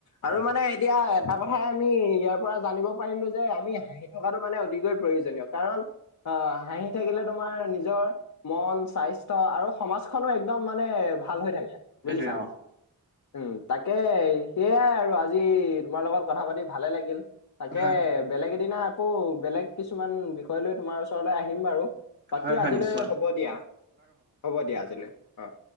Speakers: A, on the left; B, on the right.
A: আৰু
B: হয়
A: মানে এতিয়া এটা কথাই আমি ইয়াৰ পৰা জানিব পাৰিলো যে আমি হাঁহি থকাটো মানে অতিকৈ প্ৰয়োজনীয় কাৰণ অ' হাঁহি থাকিলে তোমাৰ নিজৰ মন, স্বাস্থ্য আৰু সমাজ খনো একদম মানে ভাল হৈ থাকে বুজিছা।
B: সেইটোৱে অ
A: উম তাকে সেইয়াই আৰু আজি তোমাৰ লগত কথা পাতি ভালে লাগিল। তাকে
B: হয় হয়
A: বেলেগ এদিনা আকৌ বেলেগ কিছুমান বিষয় লৈ তোমাৰ ওচৰলৈ আহিম বাৰু বাকী
B: হয় হয়
A: আজিলৈ
B: নিশ্চয়
A: হ'ব দিয়া, হ'ব দিয়া আজিলৈ অ'।